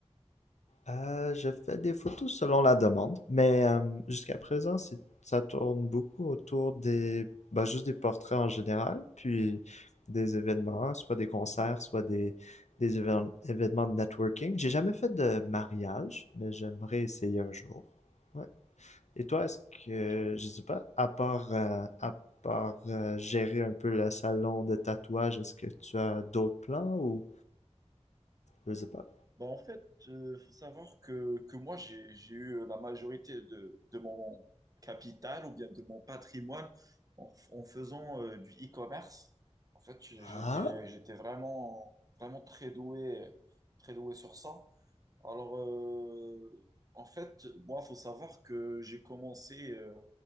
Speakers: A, on the left; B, on the right.
A: Euh, je fais des photos selon la demande, mais euh, jusqu'à présent, c'est, ça tourne beaucoup autour des, bah, juste des portraits en général, puis des événements, soit des concerts, soit des, des évén- événements de networking. J'ai jamais fait de mariage, mais j'aimerais essayer un jour. Ouais. Et toi, est-ce que,
B: Ok.
A: je sais pas, à part, euh, à part euh, gérer un peu le salon de tatouage, est-ce que tu as d'autres plans ou je sais pas?
B: Bah, en fait, il faut savoir que, que moi, j'ai, j'ai eu la majorité de, de mon capital ou bien de mon patrimoine en, f- en faisant euh, du e-commerce. En fait, j'étais,
A: Ah,
B: j'étais vraiment, vraiment très doué, très doué sur ça. Alors, euh, en fait, moi, faut savoir que j'ai commencé euh,